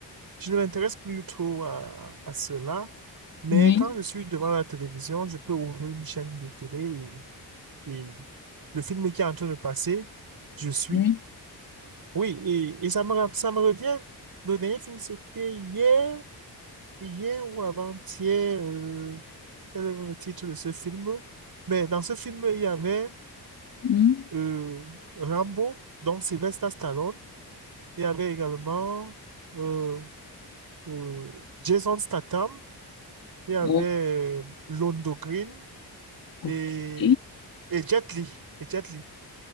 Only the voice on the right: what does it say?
Je ne m'intéresse plus trop à, à cela, mais
quand je suis devant la télévision, je peux ouvrir une chaîne de télé et, et le film qui est en train de passer, je suis.
Oui, et, et ça me, ra- ça me revient. Le dernier film, c'était hier, hier ou avant-hier, euh, quel est le titre de ce film? Mais dans ce film, il y avait
euh, Rambo, donc Sylvester Stallone. Il y avait également euh, euh, Jason Statham. Il y avait
euh, Londo Green
et, et Jet Li. Et Jet Li.